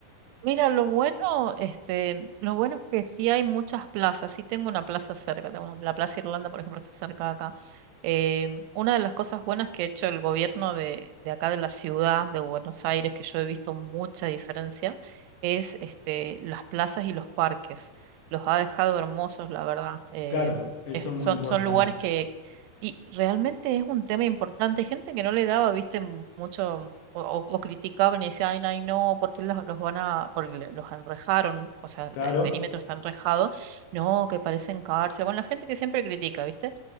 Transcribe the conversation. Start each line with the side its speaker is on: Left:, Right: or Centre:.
Right: Mira, lo bueno, este, lo bueno es que sí hay muchas plazas. Sí tengo una plaza cerca, tengo una- la Plaza Irlanda, por ejemplo, está cerca de acá. Em, una de las cosas buenas que ha hecho el gobierno de, de acá de la ciudad de Buenos Aires, que yo he visto mucha diferencia, es este, las plazas y los parques. Los ha dejado hermosos, la verdad. Em,
Left: Claro, eso
Right: es-
Left: es muy
Right: son,
Left: importante.
Right: son lugares que, y realmente es un tema importante. Gente que no le daba, viste, mu- mucho o, o- o criticaban y decían, ay, no, ay, no, ¿por qué los, los van a, porque le- los enrejaron? O sea, el
Left: Claro,
Right: el perímetro está enrejado. No, que parecen cárcel. Bueno, la gente que siempre critica, viste.